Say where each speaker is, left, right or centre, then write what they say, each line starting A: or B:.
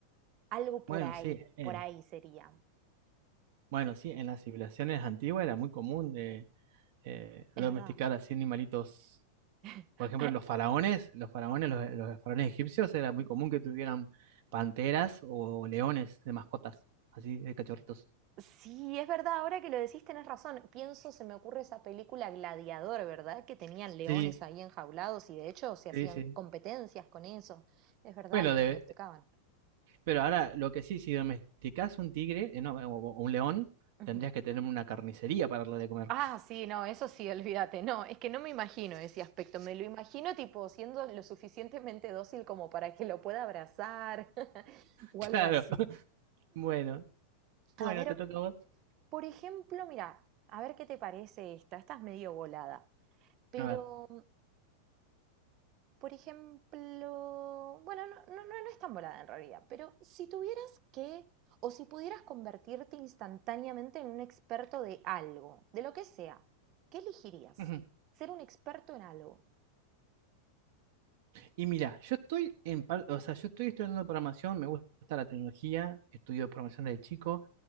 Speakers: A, on the right (about 30°); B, on the right (about 55°).
A: algo por
B: Bueno,
A: ahí,
B: sí, eh,
A: por ahí sería.
B: bueno, sí, en las civilizaciones antiguas era muy común de eh, domesticar
A: Es verdad.
B: así animalitos.
A: <laughs>
B: Por ejemplo, los faraones, los faraones, los, los faraones egipcios, era muy común que tuvieran panteras o leones de mascotas, así de cachorritos.
A: Sí, es verdad, ahora que lo decís tenés razón. Pienso, se me ocurre esa película Gladiador, ¿verdad? Que tenían leones
B: Sí,
A: ahí enjaulados y de hecho se hacían
B: sí, sí.
A: competencias con eso. Es verdad,
B: Bueno,
A: les
B: de,
A: domesticaban.
B: Pero ahora, lo que sí, si domesticás un tigre, eh, no, o o un león,
A: Ujú.
B: tendrías que tener una carnicería para darle de comer.
A: Ah,
B: <laughs>
A: sí, no, eso sí, olvídate. No, es que no me imagino ese aspecto. Me lo imagino tipo siendo lo suficientemente dócil como para que lo pueda abrazar <laughs> o
B: Claro.
A: algo así.
B: Bueno, bueno,
A: A ver,
B: te toca a vos.
A: por ejemplo, mira, a ver qué te parece esta. Esta es medio volada, pero
B: A ver.
A: Por ejemplo, bueno, no, no, no, no es tan volada en realidad, pero si tuvieras que, o si pudieras convertirte instantáneamente en un experto de algo, de lo que sea, ¿qué elegirías?
B: Ujú.
A: Ser un experto en algo.
B: Y mira, yo estoy en parte, o sea, yo estoy estudiando programación, me gusta la tecnología, estudio programación desde chico,